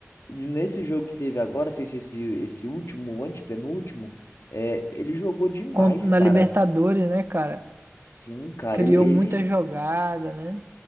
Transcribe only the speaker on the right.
Con- Na
Libertadores, né, cara?
Criou
muita jogada, né?